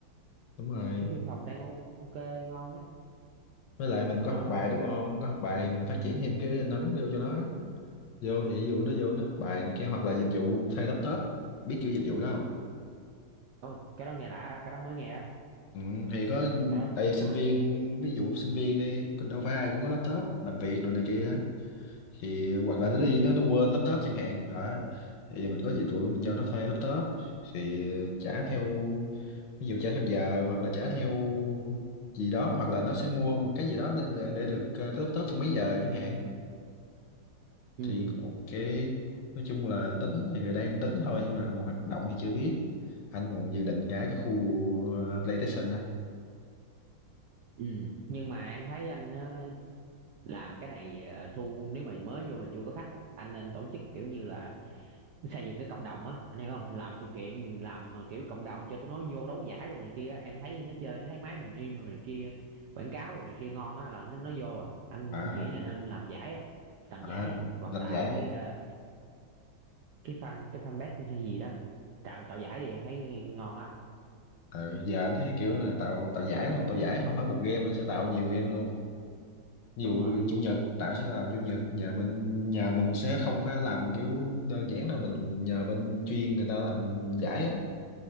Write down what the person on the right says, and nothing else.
cái phim phòng đang o- ok ngon á
ờ
cái
gì-
ồ, cái đó nghe lạ đó cái đó mới nghe đó
cái đó
nghe
lạ
ừ
ừ
Ừ. Nhưng mà em thấy anh ờ, làm cái này ờ, thu nếu mà mới vô mình chưa có khách á, anh nên tổ chức kiểu như là xây dựng cái cộng đồng á, anh hiểu không? Mình làm sự kiện thì mình làm ờ, kiểu cộng đồng cho tụi nó vô đấu giải đồ này kia, á. em thấy nó chơi nó thấy máy mình im đồ này kia, quảng cáo đồ này kia ngon á là nó nó vô à. Anh
nghĩ là nên làm giải á, làm
giải hoặc
tạo
cái ờ, cái fan cái fanpage hay gì đó. Tạo tạo giải đi em thấy ngon á.
Đúng
rồi.